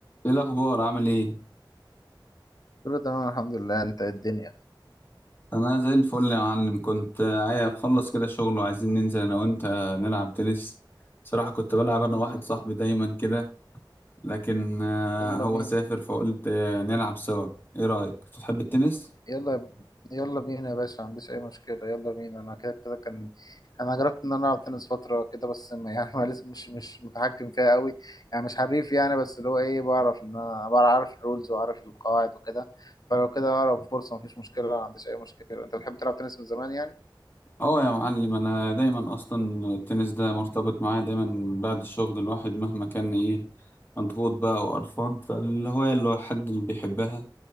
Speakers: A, on the left; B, on the left.
A: ايه الاخبار عامل ايه
B: كله تمام الحمد لله انت ايه الدنيا
A: انا زي الفل يا معلم كنت عايز اخلص كده شغل وعايزين ننزل انا وانت نلعب تنس صراحة كنت بلعب انا
B: مم.
A: واحد صاحبي دايما كده لكن آه،
B: يلا
A: هو
B: بينا
A: سافر فقلت آه، نلعب سوا ايه رأيك بتحب التنس
B: يلا يلا بينا يا باشا ما عنديش اي مشكله يلا بينا انا كده كده كان انا جربت ان انا العب تنس فتره كده بس ما <laughs> يعني ما لسه مش مش متحكم فيها قوي يعني مش حريف يعني بس اللي هو ايه بعرف ان انا بعرف الرولز واعرف القواعد وكده فلو كده اقرب فرصه مفيش مشكله ما عنديش اي مشكله انت بتحب تلعب تنس من زمان يعني
A: اه يا معلم انا دايما اصلا التنس ده مرتبط معايا دايما بعد الشغل الواحد مهما كان ايه مضغوط بقى وقرفان فالهواية اللي هو حد اللي بيحبها